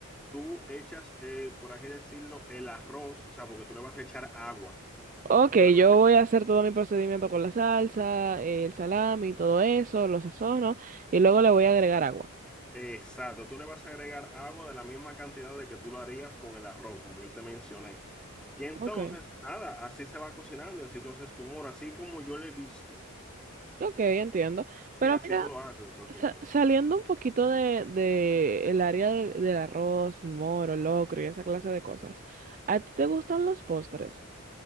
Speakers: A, in the centre; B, on the right (about 35°).
A: tú echas, eh, por así decirlo, el arroz, o sea, porque tú le vas a echar agua.
B: Ok,
A: Tú le vas
B: yo
A: a-
B: voy a hacer todo mi procedimiento con la salsa, el salami, todo eso, lo sazono y luego le voy a agregar agua.
A: exacto, tú le vas a agregar agua de la misma cantidad de que tú lo harías con el arroz, como yo te mencioné. Y entonces,
B: Ok,
A: nada, así se va cocinando y así tú haces tu moro, así como yo lo he visto.
B: ok, entiendo. Pero
A: Y así
B: mira,
A: tú lo haces prácticamente.
B: sa- saliendo un poquito de, de el área del, del arroz, el moro, el locro y esa clase de cosas, ¿a ti te gustan los postres?